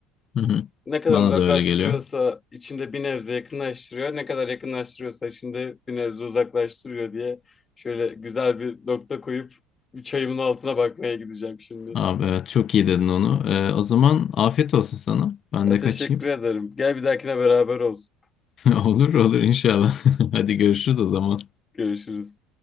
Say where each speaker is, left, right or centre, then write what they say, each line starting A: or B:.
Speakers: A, on the left; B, on the left.
A: Hı hı.
B: Ne kadar
A: Bana
B: uzaklaştırıyorsa
A: da öyle geliyor.
B: içinde bir nebze yakınlaştırıyor. Ne kadar yakınlaştırıyorsa içinde bir nebze uzaklaştırıyor diye şöyle güzel bir nokta koyup çayımın altına bakmaya gideceğim şimdi.
A: Abi evet çok iyi dedin onu. Ee, o zaman afiyet olsun sana. Ben
B: Ya,
A: de
B: teşekkür
A: kaçayım.
B: ederim. Gel bir dahakine beraber olsun.
A: <laughs> Olur olur inşallah. <laughs> Hadi görüşürüz o zaman.
B: <laughs> Görüşürüz.